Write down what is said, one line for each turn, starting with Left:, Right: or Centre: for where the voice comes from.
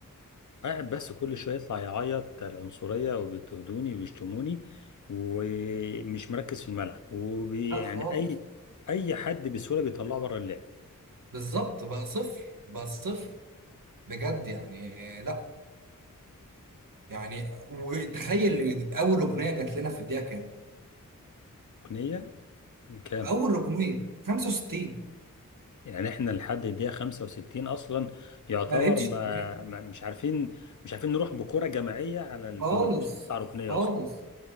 Left: قاعد بس كل شويه يطلع يعيط العنصريه وبيضطهدوني وبيشتموني ومش مركز في الملعب وبي
Right: لا
Left: يعني
Right: خالص
Left: اي اي حد بسهوله بيطلعه بره اللعب
Right: بالظبط بقى صفر بقى صفر بجد يعني لا يعني وتخيل اول ركنيه جات لنا في الدقيقه كام؟
Left: ركنيه كام؟
Right: اول ركنيه 65
Left: يعني احنا لحد الدقيقه 65 اصلا يعتبر
Right: ما لعبتش
Left: ما,
Right: نهائي.
Left: ما مش عارفين مش عارفين نروح بكره جماعيه على الجون
Right: خالص
Left: عشان نطلع ركنيه
Right: خالص
Left: اصلا